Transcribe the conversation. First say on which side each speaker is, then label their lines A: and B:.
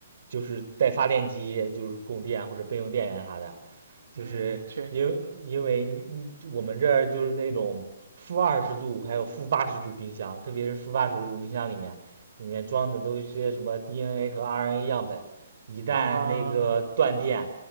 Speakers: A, on the right; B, on the right.
A: 就是带发电机，就是供电或者备用电源啥的。就是因为因为你我们这儿就是那种负二十度还有负八十度冰箱，
B: <laughs> 嗯，确，
A: 特别是负八十度冰箱里面，
B: 嗯
A: 里面装的都是些什么 DNA 和 RNA 样本，一旦那个断电。
B: 啊，